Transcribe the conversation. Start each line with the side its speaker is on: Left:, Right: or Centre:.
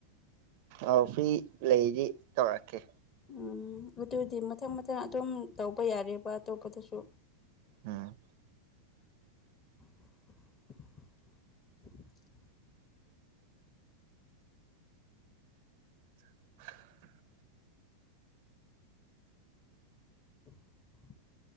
Right: ꯑꯥꯎ ꯐꯤ ꯂꯩꯗꯤ ꯊꯧꯔꯀꯦ
Left: ꯎꯝ ꯑꯗꯨꯗꯤ ꯃꯊꯪ ꯃꯊꯪ ꯑꯗꯨꯝ ꯇꯧꯕ ꯌꯥꯔꯦꯕ ꯑꯇꯣꯞꯄꯗꯁꯨ
Right: ꯎꯝ
Left: ꯑꯟꯏꯟꯇꯦꯜꯂꯤꯖꯦꯕꯜ
Right: ꯑꯟꯑꯣꯗꯤꯕꯜ
Left: ꯑꯟꯑꯣꯗꯤꯕꯜ